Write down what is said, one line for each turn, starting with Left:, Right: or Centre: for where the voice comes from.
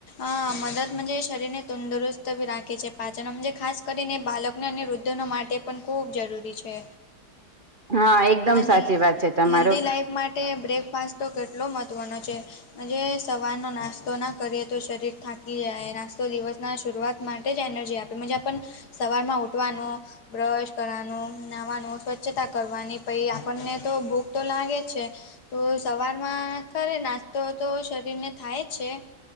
Left: અ મદદ શરીરને તંદુરસ્તી રાખે છે. પાચન ખાસ કરીને બાલક ને અને વૃદ્ધનો માટે પણ ખૂબ જરૂરી છે.
Right: હા એકદમ
Left: અને
Right: સાચી વાત છે તમારો
Left: હેલ્ધી લાઈફ માટે બ્રેકફાસ્ટ તો કેટલો મહત્ત્વનો છે. જે સવારનો નાસ્તો ના કરીએ તો શરીર થાકી જાય. નાસ્તો દિવસ ના શરૂઆત માટે જ એનર્જી આપે મજા પણ સવારમાં ઉઠવાનું, બ્રશ કરવાનો નાવાનું, સ્વચ્છતા કરવાની પછ આપણને તો ભૂખ તો લાગે છે. તો સવારમાં ખરે નાસ્તો તો શરીરને થાય જ છે.